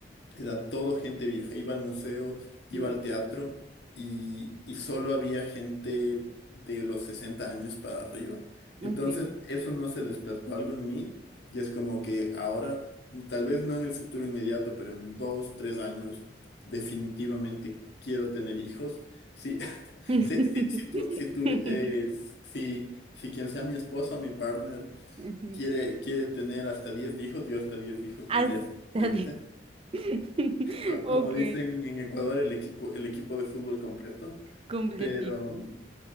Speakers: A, on the left; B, on the right.
A: era todo gente vieja. Iba al museo, iba
B: mm,
A: al teatro y, y solo había gente de los 60 años para arriba.
B: ok.
A: Entonces, eso no se despertó algo en mí y es como que ahora, tal vez no en el futuro inmediato, pero en dos, tres años, definitivamente quiero tener hijos. Sí, <laughs>
B: <laughs>
A: sí, sí, sí, tú- sí, tú, eh, sí, si quien sea mi esposa o mi partner
B: Ujú.
A: quiere, quiere tener hasta 10 hijos, yo hasta 10 hijos
B: Hasta
A: tendría fácilmente
B: di- <laughs>
A: co-
B: Ok,
A: como dicen en Ecuador, el equipo, el equipo de fútbol completo,
B: completico.
A: pero,